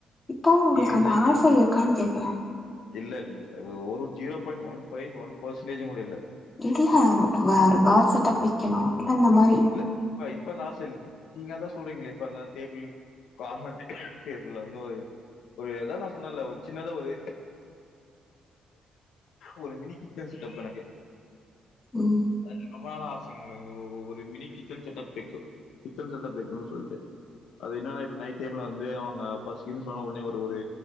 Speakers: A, on the left (about 25°); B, on the left (about 75°).
A: இப்பவு ஒங்களுக்கு
B: சீரியஸா
A: அந்த
B: இல்லைங்க
A: ஆச இருக்கான் கேக்குறே
B: இல்ல இல்ல ஒரு zero point one point one percentage கூட இல்ல
A: இல்ல ஒரு பார் செட்டப் வெக்கனு இல்ல இந்த மாரி
B: இல்ல இப்ப இப்ப அந்த ஆச இல் நீங்க அதா சொல்றீங்களே இப்ப டேபிள் கார்மெட் டேபிள் அந்த ஒரு ஒரு எதா நா சொன்னேல ஒரு சின்னதா ஒரு ஒரு மினிக்கிச்சன் செட்டப் எனக்கு
A: உம்
B: அது ரொம்ப நாள் ஆசைங்க எனக்கு ஒரு mini kitchen setup kitchen setup வைக்கனுன் சொல்ட்டு அது என்னன்னா இப்ப நைட் டைம்ல வந்து அவுங்க பசிக்கிதுன் சொன்னா ஒடனே ஒரு ஒரு